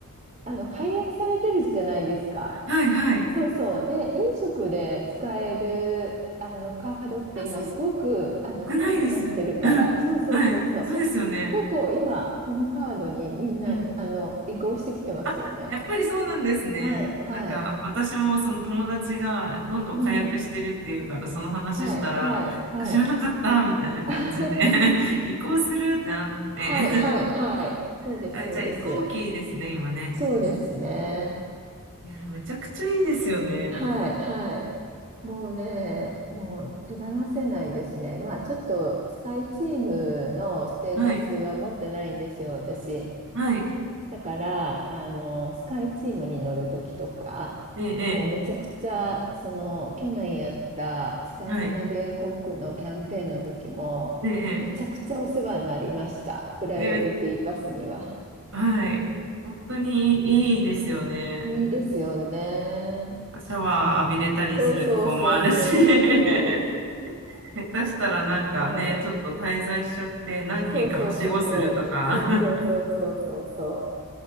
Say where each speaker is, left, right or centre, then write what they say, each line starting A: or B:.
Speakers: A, on the right; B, on the right.
A: あの、解約されてるじゃないですか。
B: はい、はい。
A: そうそう。で、飲食で使えるあのカードって今すごくあの少なくなってるから、
B: あ、そう、少ないですよ。うん、
A: そうそうそうそう。
B: はい、そうですよね。
A: 結構今、このカードにみんなあの移行してきてますよね。
B: うん。あ、やっぱりそうなんですね。
A: はい、はい。
B: なんか私もその友達がどんどん火薬してるっていうからその話したらなんか知らなかったみたいな感じで
A: うん。はい、はい、はい。<laughs>
B: <laughs> 移行するってなって
A: はい、はい、はい。
B: <laughs>
A: そうです、
B: あ、
A: そうです。
B: じゃあ移行期ですね今ね、
A: そうですね。
B: うん、いやめちゃくちゃいいですよね
A: はい、はい。もうね、もう手放せないですね。まあちょっとスカイチームのステータスは持ってないんですよ、
B: はい
A: 私。
B: はい
A: だから、あの、スカイチームに乗るときとか、
B: ええ
A: もうめちゃくちゃ、その、去年やったスカンジナビア航空のキャンペーンの時も、
B: ええはいええ
A: めちゃくちゃお世話になりました。プライオリティバスには。
B: ええではい本当にいいですよね
A: いいですよね。
B: シャワー浴びれたりするとこもあるし
A: そうそうそうそうそうそ
B: <laughs> 下手したらなんかね、
A: う。
B: ちょっと滞在しちゃって何軒かはしごするとか、
A: うん。そうそうそうそう。そうそうそうそうそうそ
B: <laughs>